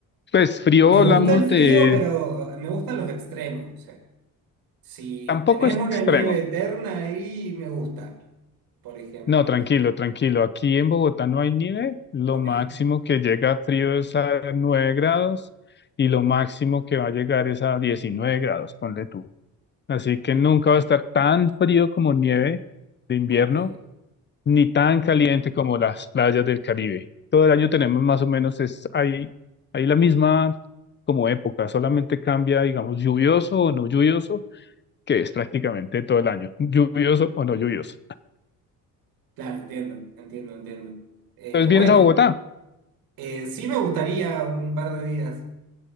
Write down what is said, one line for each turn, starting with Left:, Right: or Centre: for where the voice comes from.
Left: Pues frío
Right: Me
Left: hablamos
Right: gusta el frío,
Left: de
Right: pero me gustan los extremos. O sea, si
Left: Tampoco
Right: tenés
Left: es
Right: una
Left: extremo.
Right: nieve eterna ahí, me gusta, por ejemplo.
Left: No, tranquilo,
Right: Sí.
Left: tranquilo. Aquí en Bogotá no hay nieve. Lo
Right: Ok,
Left: máximo que llega frío es a 9 grados y lo máximo que va a llegar es a 19 grados, ponle tú. Así que nunca va a estar tan frío como nieve de invierno,
Right: ok.
Left: ni tan caliente como las playas del Caribe. Todo el año tenemos más o menos, es ahí, ahí la misma como época, solamente cambia, digamos, lluvioso o no lluvioso, que es prácticamente todo el año, lluvioso o no lluvioso.
Right: Claro, entiendo, entiendo, entiendo. Eh,
Left: Entonces
Right: bueno,
Left: vienes a Bogotá.
Right: eh, sí me gustaría un par de días.